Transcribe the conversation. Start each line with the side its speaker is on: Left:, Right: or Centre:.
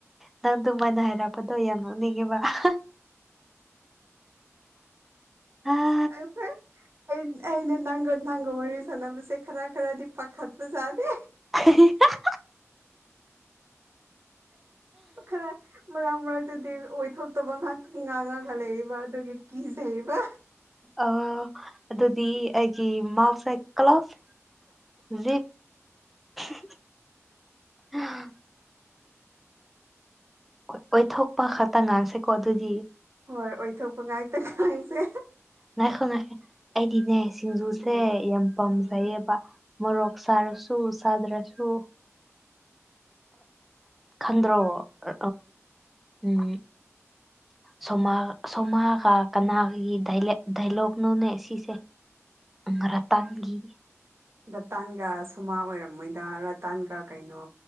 Centre: ꯅꯪ ꯗꯨꯃꯥꯏꯅ ꯍꯥꯏꯔꯞ ꯄꯗꯣ ꯌꯥꯝ ꯅꯣꯛꯅꯤꯡꯉꯦꯕ ꯍꯥ ꯍ ꯍꯥ
Right: ꯂꯥꯏꯕꯛ ꯐꯔꯦ ꯑꯩꯅ ꯅꯥꯡꯒꯜ ꯅꯪꯒ ꯋꯥꯔꯤ ꯁꯥꯟꯅꯕꯁꯦ ꯈꯔ ꯈꯔꯗꯤ ꯄꯥꯈꯠꯄꯖꯥꯗꯦ
Centre: <unintelligible>
Right: ꯈꯔ ꯃꯔꯛ ꯃꯔꯛꯇꯗꯤ ꯑꯣꯏꯊꯣꯛꯇ ꯑꯇꯣꯞ ꯄ ꯉꯥꯏꯍꯥꯛ ꯉꯥꯡꯉꯒ ꯂꯩꯌꯦꯕꯑꯗꯨꯒꯤ ꯀꯤꯖꯩꯕ
Centre: ꯑ ꯑꯗꯨꯗꯤ ꯑꯩꯒꯤ ꯃꯥꯎꯁꯥꯏ ꯀ꯭ꯂꯐ <unintelligible> ꯑꯣꯏꯊꯣꯛꯄ ꯈꯛꯇ ꯉꯥꯡꯁꯦꯀꯣ ꯑꯗꯨꯗꯤ
Right: ꯍꯣꯏ ꯑꯣꯏꯊꯣꯛꯄ ꯉꯥꯛꯇ ꯈꯁꯦ
Centre: ꯉꯥꯏꯈꯣ ꯉꯥꯏꯈ ꯑꯩꯗꯤꯅꯦ ꯁꯤꯡꯖꯨꯁꯦ
Right: ꯎꯝ
Centre: ꯌꯥꯝ ꯄꯥꯝꯖꯩꯌꯦꯕ
Right: ꯎꯝ
Centre: ꯃꯣꯔꯣꯛ ꯁꯥꯔꯁꯨ ꯁꯥꯗ꯭ꯔꯁꯨ ꯈꯪꯗ꯭ꯔꯣ ꯑ ꯎꯝ ꯁꯣꯃꯥ ꯁꯣꯃꯥꯒ ꯀꯅꯥꯒꯤ ꯗꯥꯏꯂꯣꯛꯅꯣꯅꯦ ꯁꯤꯁꯦ ꯉ꯭ꯔꯥꯇꯥꯟꯒꯤ꯫
Right: ꯂꯥꯇꯥꯟꯒ ꯁꯣꯃꯥ ꯑꯣꯏꯔꯝꯃꯣꯏꯗ ꯔꯇꯥꯟꯒ ꯀꯩꯅꯣ